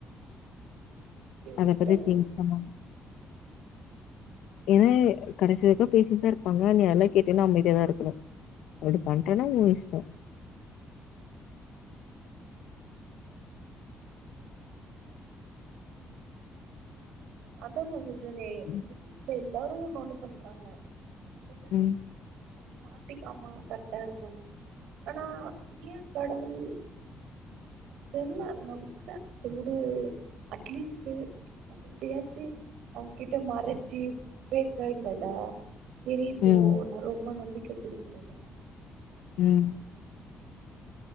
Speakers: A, on the right (about 85°); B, on the left (about 85°).
A: சேரி
B: அத
A: விட்டே
B: பத்தி திங் பண்ணா இதே கடைசி வரிக்கு பேசிட்டுதா இருப்பாங்க நீ அதெல்லா கேட்டேன்னா அம்மைதியா தா இருக்ணு அப்டி பண்ட்ரனா உ இஷ்டோ
A: அதா நா சொல்றேனே
B: ம்.
A: எல்லாரு ஒன்னு ஒண்ணு பண்றாங்க ஆனா
B: ம்
A: மாட்டிக்காம கரெக்டா இருகாங் ஆனா ஏ கடவுள் தெர்ல நம்த சேர் வி டு அட்லீஸ்டு கிட்டயாச்சு அவுங்கிட்ட மறச்சு ஃபேக்கா இல்லல தெரியட்டு
B: ம்.
A: நா ரொம்ப நம்பிக்கை குடுக்கலல
B: ம்